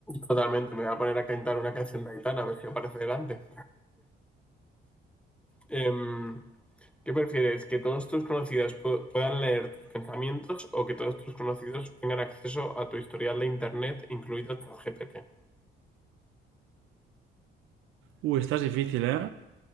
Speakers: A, in the centre; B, on the right.
A: Totalmente, me voy a poner a cantar una canción de Aitana a ver si aparece delante. Em, ¿qué prefieres? ¿Que todos tus conocidos pu- puedan leer tus pensamientos o que todos tus conocidos tengan acceso a tu historial de internet, incluido ChatGPT?
B: Uy, esta es difícil, ¿eh?